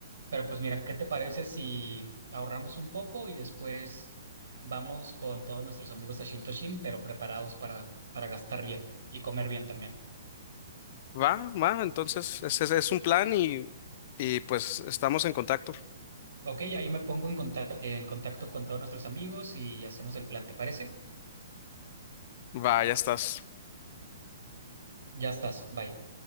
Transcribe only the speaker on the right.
Pero pues mira, ¿qué te parece si ahorramos un poco y después vamos con todos nuestros amigos a Shintoshin, pero preparados para, para gastar bien y comer bien también?
Ok, ahí me pongo en conta- en contacto con todos nuestros amigos y hacemos el plan, ¿te parece?
Ya estás, bye.